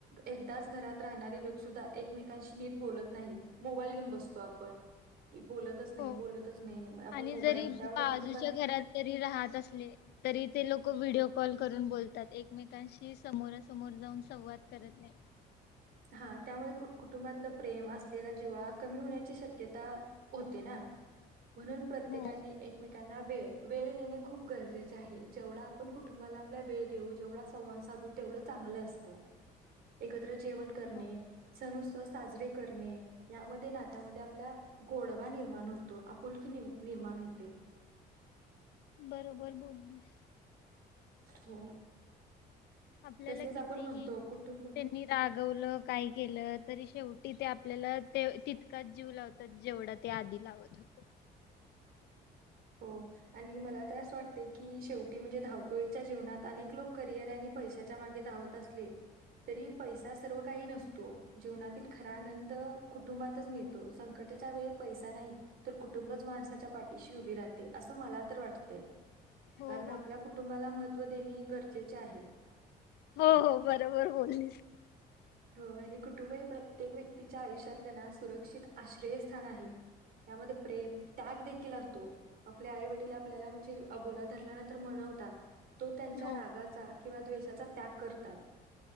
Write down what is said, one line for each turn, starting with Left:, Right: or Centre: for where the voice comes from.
Right: एकदाच घरात राहणारे लोक सुद्धा एकमेकांशी नीट बोलत नाहीत मोबाईल घेऊन बसतो आपण. की बोलतच नाही
Left: हो
Right: बोलतच नाही मग आपण
Left: आणि
Right: मोबाईल
Left: जरी
Right: घेऊन त्यामुळे
Left: बाजूच्या
Right: कुटुंबातील
Left: घरातरी राहत असले तरी ते लोक व्हिडिओ कॉल करून बोलतात एकमेकांशी समोरासमोर जाऊन संवाद करत नाही.
Right: हा त्यामुळे कु कुटुंबातलं प्रेम असलेला जिवळा कमी होण्याची शक्यता होते ना. म्हणून प्रत्येकाने
Left: हो.
Right: एकमेकांना वे वेळ देणे खूप गरजेचे आहे. जेवढा आपण कुटुंबाला आपल्या वेळ देऊ जेवढा संवाद साधू तेवढं चांगलं असत. एकत्र जेवन करणे
Left: हो
Right: सणु साजरे करणे यामध्ये नात्यामध्ये आपल्या गोडवा निर्माण होतो. आपुलकी निर्माण होते.
Left: बरोबर बोललीस.
Right: हो.
Left: आपल्याला
Right: तसेच
Left: किती
Right: आपण म्हणतो कुटुंब
Left: त्यांनी रागवलं काय केलं तरी शेवटी ते आपल्याला ते तितकाच जीव लावतात जेवढा त्या आधी लावत होते.
Right: हो आणि मला तर असं वाटते की, शेवटी म्हणजे धावपिळीच्या जीवनात अनेक लोक करिअर आणि पैशाच्या माग धावत असले तरी पैसा सर्व काही नसतो. जीवनातील खरा आनंद कुटुंबातच मिळतो. संकटच्या वेळी पैसा नाही तर कुटुंबच माणसाच्या पाठीशी उभी राहते. असं मला तर वाटते.
Left: हो
Right: कारण आपल्या
Left: हो
Right: कुटुंबाला महत्व महत्व देणे गरजेचे आहे.
Left: हो हो बरोबर बोलीस.
Right: हो आणि कुटुंब हे प्रत्येक व्यक्तीच्या आयुष्यातलं ना सुरक्षित आश्रयस्थान आहे त्यामध्ये प्रेम त्याग देखील असतो. आपले आई वडील आपल्याला म्हणजे अबोला धरल्यानंतर मनवतात. तो त्यांच्या
Left: हो
Right: रागाचा किंवा द्वेषाचा -- त्याग करतात.